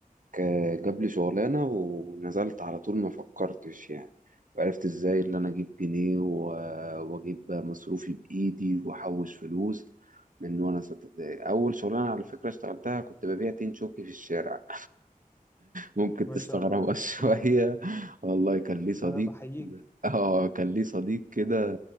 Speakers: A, on the right; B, on the left.
A: كا- جاب لي شغلانة ونزلت على طول ما فكرتش يعني وعرفت ازاي اللي انا اجيب جنيه و- واجيب مصروفي بايدي واحوش فلوس من وانا ستة ابتدائي اول شغلانة على فكرة اشتغلتها كنت ببيع تين شوكي في الشارع ممكن
B: ما
A: تستغربها
B: شاء الله عليك
A: <laughs> شوية
B: برافو
A: والله كان ليه صديق
B: لا لا بحييك
A: اه كان ليه صديق كده